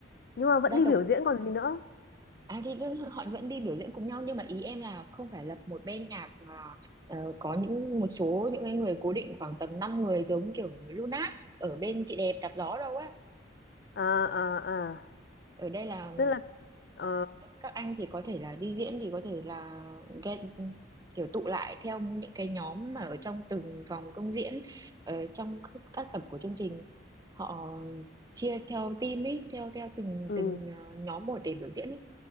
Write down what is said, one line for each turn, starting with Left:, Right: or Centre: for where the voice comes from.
Left: nhưng mà
Right: Gia
Left: vẫn đi
Right: tộc
Left: biểu diễn còn gì nữa
Right: À thì cứ- họ vẫn đi biểu diễn cùng nhau nhưng mà ý em là không phải là một bên nhạc mà ờ, có những một số những cái người cố định khoảng tầm 5 người giống kiểu Lunas ở bên chị đẹp đạp gió đâu á.
Left: à à à
Right: Ở đây là
Left: tức là ờ
Right: các anh thì có thể là đi diễn thì có thể là get, kiểu tụ lại theo những cái nhóm mà ở trong từng vòng công diễn ở trong các các tập của chương trình họ chia theo team ấy theo theo từng
Left: ừ
Right: từng ờ, nhóm một để biểu diễn ấy